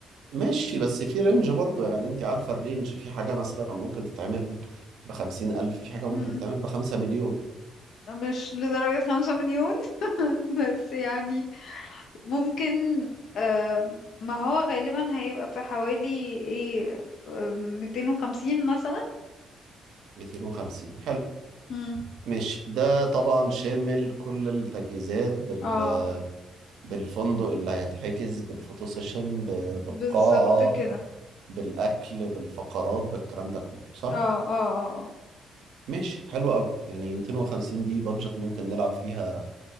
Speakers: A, on the right; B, on the left.
A: ماشي بس في رينج برضو يعني انت عارفة الرينج في حاجة مثلا ممكن تتعمل بخمسين ألف في حاجة ممكن
B: امم
A: تتعمل بخمسة مليون
B: مش لدرجة خمسة مليون <laughs> بس يعني ممكن آم، ما هو غالبا هيبقى في حوالي ايه ميتين وخمسين مثلا
A: ميتين وخمسين حلو
B: مم.
A: ماشي ده طبعا شامل كل التجهيزات بال
B: اه
A: بالفندق اللي هيتحجز بالفوتو سيشن ب- بالقاعة
B: بالظبط كده
A: بالأكل بالفقرات بالكلام ده كله
B: اه
A: صح؟
B: اه اه
A: ماشي حلو قوي يعني 250 دي بادجت ممكن نلعب فيها